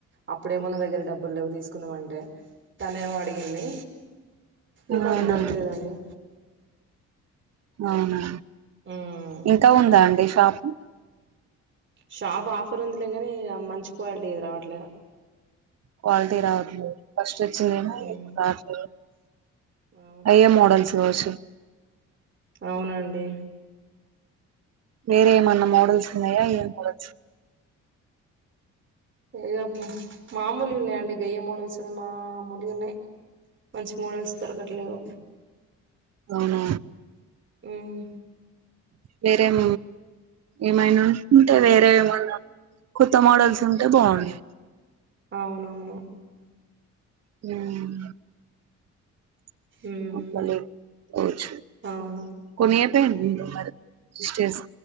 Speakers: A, on the right (about 40°); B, on the right (about 55°).
A: అప్పుడేమో నాదగ్గర డబ్బుల్ లేవు తీసు కున్నమంటే తనేమో అడిగింది
B: అవునా
A: ఏమో లే దొరకలేదండి
B: అవునా
A: మ్మ్
B: ఇంకా ఉందా అండి షాప్ మ్
A: షాప్ ఆఫర్ ఉందిలే కాని మంచి క్వాలిటీ రావట్లే అది
B: క్వాలిటీ రావట్లే ఫస్ట్ వచ్చిందేమో
A: మ్మ్
B: క్లాత్
A: అవును
B: అయే మడల్స్ దో సి
A: అవునండి
B: వేరే ఏమన్నా మోడల్స్ ఉన్నాయా ఏ మోడల్స్
A: ఏదో మామూలు ఉన్నాయండి గయ్యే మోడల్స్ ఉన్నా మామూలు ఉన్నాయి మంచి మోడల్స్ దొరకట్లేవు
B: అవునా
A: మ్మ్
B: వేరే ఎం ఏమైనా ఉంటే వేరే ఏమన్నా కొత్త మోడల్స్ ఉంటే బాగుండే
A: అవును అవును
B: హుమ్మ్ <unintelligible>
A: మ్మ్
B: తే <unintelligible>
A: అవును
B: సిస్టర్స్